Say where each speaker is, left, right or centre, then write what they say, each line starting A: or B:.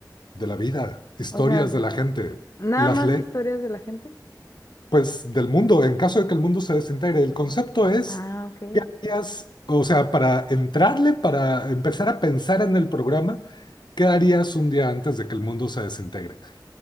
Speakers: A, on the left; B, on the left.
A: de la vida, historias
B: O sea, s-
A: de la
B: ah,
A: gente,
B: nada
A: las
B: más
A: le
B: historias de la gente.
A: pues del mundo, en caso de que el mundo se desintegre. El concepto es,
B: Ah, ok.
A: ¿qué harías? O sea, para entrarle, para empezar a pensar en el programa, ¿qué harías un día antes de que el mundo se desintegre?